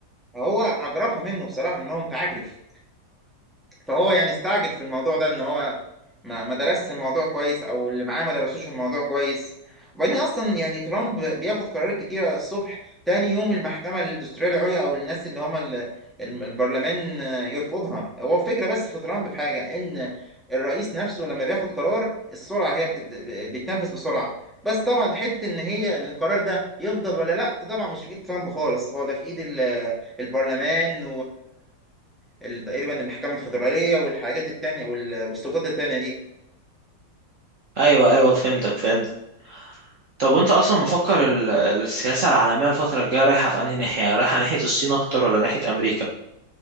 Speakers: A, in the centre; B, on the right (about 45°).
A: فهو عجرفها منه بصراحه ان هو متعجرف فهو يعني استعجل في الموضوع ده ان هو ما ما درسش الموضوع كويس او اللي معاه ما درسوش الموضوع كويس وبعدين اصلا يعني ترامب بياخد قرارات كتيره الصبح تاني يوم المحكمه الدستوريه العليا او الناس اللي هم ال- الم- البرلمان آه، يرفضها هو الفكره بس في ترامب في حاجه ان الرئيس نفسه لما بياخد قرار السرعه هي بتد... بيتنفذ بسرعه بس طبعا حته ان هي القرار ده يفضل ولا لا ده طبعا مش في ايد ترامب خالص هو ده في ايد ال- البرلمان ال- تقريبا المحكمة الفيدرالية والحاجات التانية وال- والسلطات التانية دي
B: ايوه ايوه فهمتك فهمتك طب وانت اصلا مفكر ال- السياسة العالمية الفترة الجاية رايحة في انهي ناحية رايحة ناحية الصين اكتر ولا ناحية امريكا